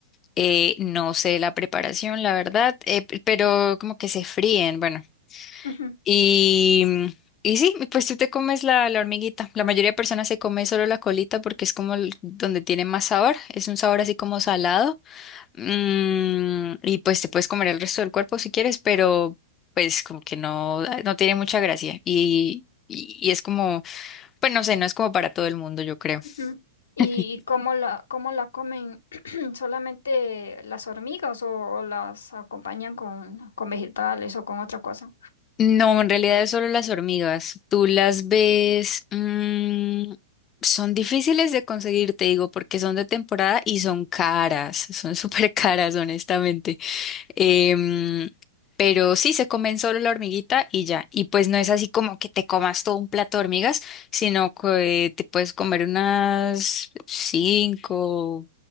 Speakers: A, on the left; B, on the left.
A: Eh, no sé la preparación, la verdad, eh, p- pero como que se fríen, bueno.
B: Ujú,
A: Y, mm, y sí, pues tú te comes la, la hormiguita. La mayoría de personas se come solo la colita porque es como el- donde tiene más sabor. Es un sabor así como salado. Mm, y pues te puedes comer el resto del cuerpo si quieres, pero pues como que no, ah, no tiene mucha gracia. Y, y, y es como, pues no sé, no es como para todo el mundo, yo creo.
B: ujú. ¿Y
A: <laughs>
B: cómo la, cómo la comen? <clears throat> ¿Solamente las hormigas o, o las acompañan con, con vegetales o con otra cosa?
A: No, en realidad es solo las hormigas. Tú las ves, mm, son difíciles de conseguir, te digo, porque son de temporada y son caras, son <laughs> súper caras, honestamente. Em, pero sí, se comen solo la hormiguita y ya. Y pues no es así como que te comas todo un plato de hormigas, sino que te puedes comer unas cinco,